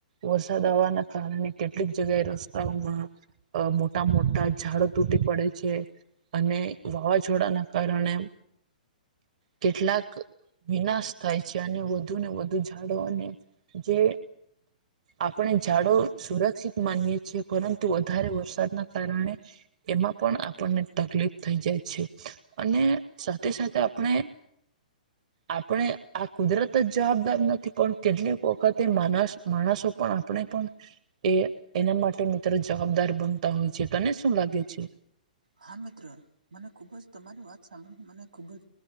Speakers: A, on the right; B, on the right.
A: વરસાદ આવવાના કારણે કેટલીક જગ્યાએ રસ્તાઓમાં મોટા મોટા ઝાડો તૂટી પડે છે‌. અને વાવાઝોડાના કારણે કેટલાક. વિનાશ થાય છે અને વધુ ને વધુ ઝાડો અને જે આપણે ઝાડો સુરક્ષિત માનીએ છીએ પરંતુ વધારે વરસાદના કારણે એમાં પણ આપણને તકલીફ થઈ જાય છે અને સાથે સાથે આપણે આપણે આ જ જવાબદાર નથી પણ કેટલીક વખતે માણસો પણ આપણે પણ એ એના માટે મિત્રો જવાબદાર બનતા હોય છે તને શું લાગે છે.
B: હા મિત્ર મને ખુબ જ તમારી વાત સાંભળીને મને ખુબ જ